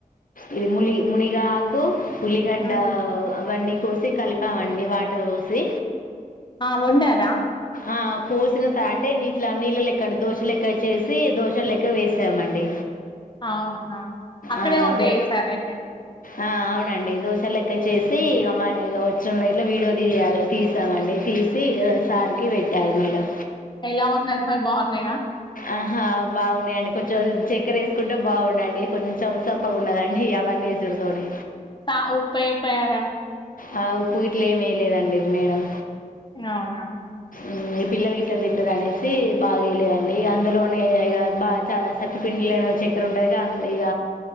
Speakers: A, on the left (about 70°); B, on the left (about 30°).
A: ఇది ములి మునిగా కు ఉల్లిగడ్డ
B: మ్మ్
A: అవన్నీ. కోసి కలిపామండి వాటర్ వో సి
B: ఆ వండారా
A: ఆ పోసిన త అంటే నీటి నీళ్ళ లెక్క అండి దోశ లెక్క చేసి దోశ లెక్క వేసామండి
B: అవునా అక్కడే
A: ఆ,
B: ఉంటాయి
A: దో
B: సార్ అయితే
A: ఆ అవునండి దోశ లెక్క చేసి ఇ మ ఇ వచ్చినళ్ ఇట్లా వీడియో తీయాలి తీసామండి తీసిసారికి పెట్టాలి మేడం.
B: ఎలా ఉన్నమారి బాగున్నాయా
A: ఆహా బాగున్నాయండి కొంచెం చె ఎక్కరేసుకుంట బాగుం ఉండండి కొంచెం చప్పగా ఉన్నదని అవన్నీసుడుతోనే
B: సా ఉప్పేపోయారా
A: ఆ ఉప్పు గిట్లో ఏమీ లేదండి మేడం
B: అవునా
A: ఉమ్, ఈ పిల్లలకి ఇట్లా తింటారు అనేసి బాగా వేయలేదండి అందులోనే ఇగా ఇ బా చ సతపిండిలైన చక్కెర ఉంటారు ఇక